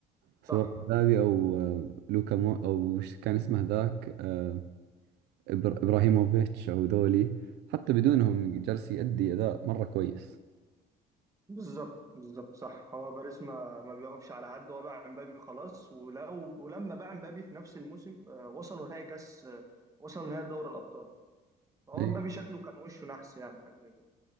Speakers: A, on the right; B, on the right.
A: سواء
B: صح
A: مبابي أو آه، لوكا مو أو وش كان اسمه ذاك آه إبر إبراهيموفيتش أو ذولي حتى بدونهم جالس يأدي أداء مرة كويس
B: بالظبط بالظبط صح هو باريس ما ما بيقفش على حد هو باع امبابي خلاص ولو ولما باع امبابي في نفس الموسم آه، وصلوا نهائي كاس آه، وصلوا نهائي دوري الابطال فهو
A: إي
B: امبابي شكله كان وشه نحس يعني حاجه زي كده